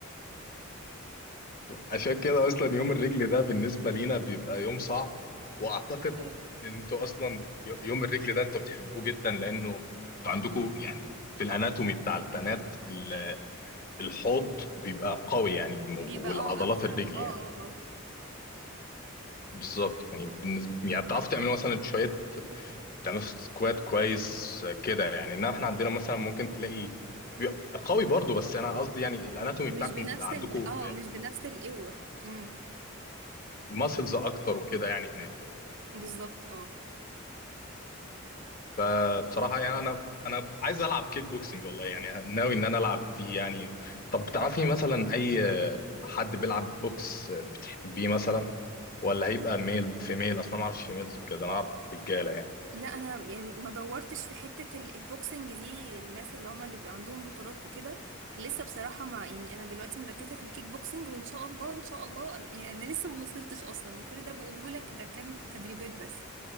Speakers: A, on the left; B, on the right.
A: عشان كده اصلا يوم الرجل ده بالنسبه لينا بيبقى يوم صعب واعتقد
B: ايوه
A: ان انتوا اصلا ي- يوم الرجل ده انتوا بتحبوه جدا لانه انتوا عندكم يعني في الاناتومي بتاع البنات ال- الحوض بيبقى قوي يعني
B: بيبقى
A: والعضلات
B: اه اوسع
A: الرجل
B: و- اه
A: يعني
B: اه اه
A: بالظبط يعني بالنسبه يعني بتعرفوا تعملوا مثلا شويه تعملوا سكواد كويس كده يعني انما احنا عندنا مثلا ممكن تلاقي بيبقى قوي برضو بس انا قصدي يعني الاناتومي
B: مش
A: بتاعكم
B: بنفس
A: بيبقى عندكم
B: ال اه مش بنفس القوة امم
A: ماسلز اكتر وكده يعني هناك
B: بالظبط اه
A: فبصراحه يعني انا انا عايز العب كيك بوكسنج والله يعني ناوي ان انا العب دي يعني طب بتعرفي مثلا اي حد بيلعب بوكس بتحبيه مثلا ولا هيبقى ميل فيميل اصلا ما اعرفش فيميلز بكده انا اعرف رجاله يعني
B: لا انا يعني ما دورتش في حتة ال- البوكسنج دي الناس اللي هما اللي بيبقى عندهم بطولات وكده لسه بصراحة ما يعني انا دلوقتي مركزة في الكيك بوكسنج وان شاء الله ان شاء الله أنا- يعني انا لسه ما وصلتش اصلا أنا كل ده بقوله لك ده كان تدريبات بس